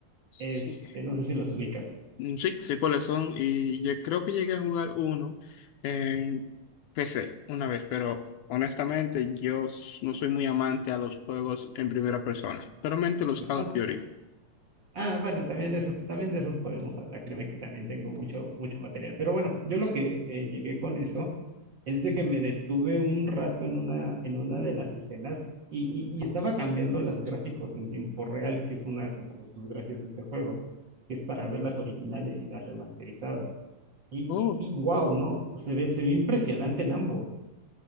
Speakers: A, on the left; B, on the right.
A: Sí.
B: este, no sé si los ubicas,
A: Mm, Sí, sé cuáles son y yo creo que llegué a jugar uno en PC una vez, pero honestamente yo s- no soy muy amante a los juegos en primera persona, solamente los
B: ¿no?
A: Call of Duty.
B: Ah, bueno, también de esos, también de esos podemos hablar. Créeme que también tengo mucho, mucho material. Pero bueno, yo lo que eh, llegué con eso es de que me detuve un rato en una, en una de las escenas y, y- y estaba cambiando los gráficos en tiempo real, que es una como de sus gracias de ese juego, que es para ver las originales y las remasterizadas. Y,
A: Oh,
B: y, wow, ¿no? Se ve, se ve impresionante en ambos.